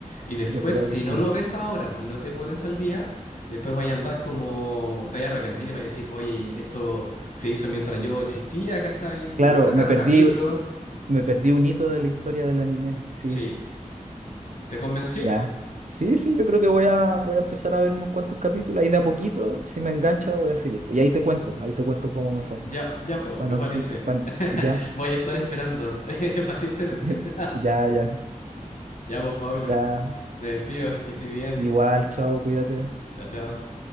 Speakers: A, on the left; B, on the right.
A: Y después,
B: yo creo
A: si
B: que sí.
A: no lo ves ahora y no te pones al día, después vaya a andar como, te vaya a arrepentir y vaya a decir, oye, esto se hizo mientras yo existía, ¿cachai?
B: Claro,
A: Eh, sacaban
B: me perdí,
A: capítulos.
B: me perdí un hito de la historia del anime, sí,
A: Sí, ¿te convencí?
B: ya. Sí, sí, yo creo que voy a, voy a empezar a ver unos cuantos capítulos, ahí de a poquito, si me engancha voy a seguir. pues, Y ahí te cuento, ahí te cuento cómo me fue.
A: Ya, ya, pues,
B: Pa'
A: me
B: no-
A: parece.
B: pa'
A: <laughs>
B: ya,
A: Voy a estar esperando <laughs> pacientemente.
B: <laughs>
A: <laughs>
B: ya, ya,
A: Ya, pues, Pablo,
B: ya.
A: me despido, que estoy bien.
B: Igual, chao, cuídate.
A: Chao, chao.